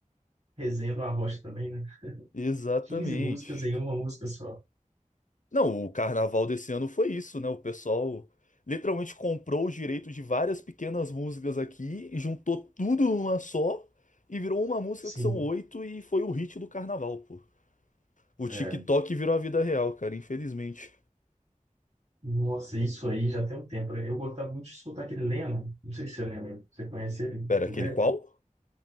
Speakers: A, on the right; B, on the left.
A: Resenha do Arrocha também, né?
B: Exatamente.
A: quinze músicas em uma música só.
B: Não, o carnaval desse ano foi isso, né? O pessoal literalmente comprou os direitos de várias pequenas músicas aqui e juntou tudo numa só e virou uma música
A: Sim.
B: que são oito e foi o hit do carnaval, pô. O
A: É.
B: TikTok virou a vida real, cara, infelizmente.
A: Nossa, isso aí já tem um tempo, né? Eu gostava muito de escutar aquele Lennon. Não sei se você lembra. Você conhece ele,
B: Pera, aquele
A: o rapper?
B: qual?